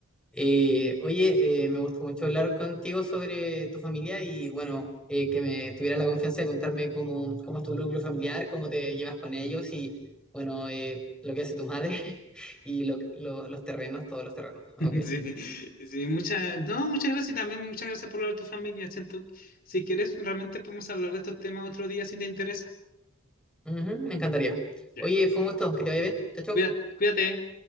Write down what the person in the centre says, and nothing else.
Eh, oye, eh, me gustó mucho hablar contigo sobre tu familia y bueno, eh, que me tuvieras la confianza de contarme cómo, cómo es tu núcleo familiar, cómo te llevas con ellos y bueno, eh, lo que hace tu madre <laughs> y lo- lo- los terrenos, todos los terrenos. Ok,
Ujú, me encantaría.
Oye, fue un gusto, que te vaya bien. Chao, chao.